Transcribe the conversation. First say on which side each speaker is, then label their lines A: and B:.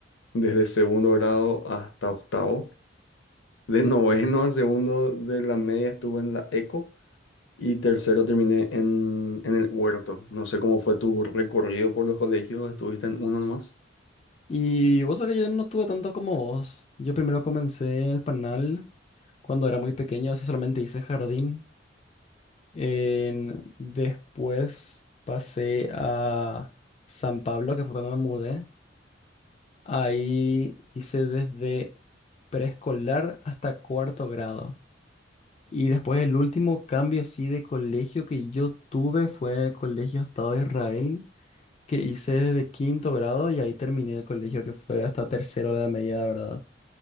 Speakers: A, on the left; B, on the left.
A: desde segundo grado hasta octavo. De noveno a segundo de la media estuve en la ECO y tercero terminé en, en el Huerto. No sé cómo fue tu recorrido por los colegios, ¿estuviste en uno nomás?
B: y vos sabés que yo no tuve tanto como vos. Yo primero comencé en el panal cuando era muy pequeño, así solamente hice jardín. En- después pasé a San Pablo, que fue cuando me mudé. Ahí hice desde preescolar hasta cuarto grado. Y después el último cambio así de colegio que yo tuve fue el Colegio Estado de Israel, que hice desde quinto grado y ahí terminé el colegio, que fue hasta tercero de la media, la verdad,